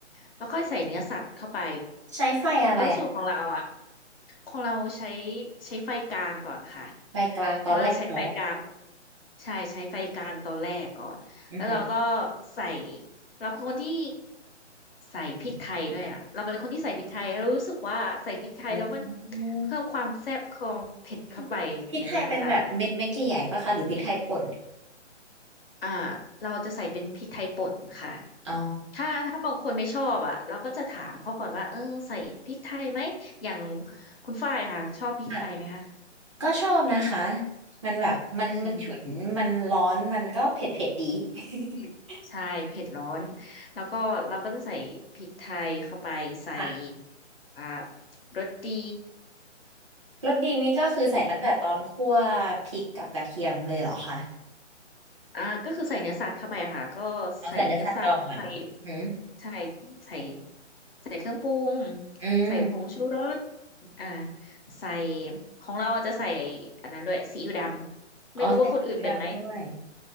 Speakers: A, on the left; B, on the right.
A: แล้วค่อยใส่เนื้อสัตว์เข้าไป
B: ใช้ไฟอะไรอ่ะ
A: แล้วสูตรของเราอ่ะ ของเราใช้ใช้ไฟกลางก่อนค่ะ
B: ไฟกลางตอนแรกเนาะ
A: เพราะว่าใช้ไฟกลางใช่ใช้ไฟกลางตอนแรกก่อนแล้วเราก็
B: อือหือ
A: ใส่เราเป็นคนที่ใส่พริกไทยด้วยอ่ะเราเป็นคนที่ใส่พริกไทยเรารู้สึกว่าใส่พริกไทยแล้วมัน
B: อ๋อ
A: เพิ่มความแซ่บของเผ็ดเข้าไปอย่างเงี้ยค่ะ
B: พริกพริกไทยเป็นแบบเม็ดเม็ดใหญ่ๆปะคะหรือพริกไทยป่น
A: อ่าเราจะใส่เป็นพริกไทยป่นค่ะ
B: อ๋อ
A: ถ้าถ้าบางคนไม่ชอบอ่ะเราก็จะถามเขาก่อนว่าเออใส่พริกไทยไหมอย่างคุณฝ้ายค่ะชอบพริกไทยไหมคะ
B: ค่ะก็ชอบนะคะมันแบบมันมันฉุนมันร้อนมันก็เผ็ดเผ็ดดี
A: อืม
B: <laughs>
A: เผ็ดใช่เผ็ดร้อนแล้วก็เราก็จะใส่พริกไทยเข้าไปใส่
B: ค่ะ
A: อ่ารสดี
B: รสดีนี้ก็คือใส่ตั้งแต่ตอนคั่วพริกกับกระเทียมเลยเหรอคะ
A: ผงอ่าก็คือใส่เนื้อสัตว์เข้าไปอะค่ะก็ใส่เนื้อสัตว์ใส่
B: เอาใส่เนื้อสัตว์ก่อนอืม
A: ใช่ใส่ใส่เครื่องปรุง
B: อหืออืม
A: ใส่ผงชูรสอ่าใส่ของเราอะจะใส่อันนั้นด้วยซีอิ๊วดำไม่รู้ว่าคนอื่นเป็นไหม
B: อ๋อใส่พริกดำด้วย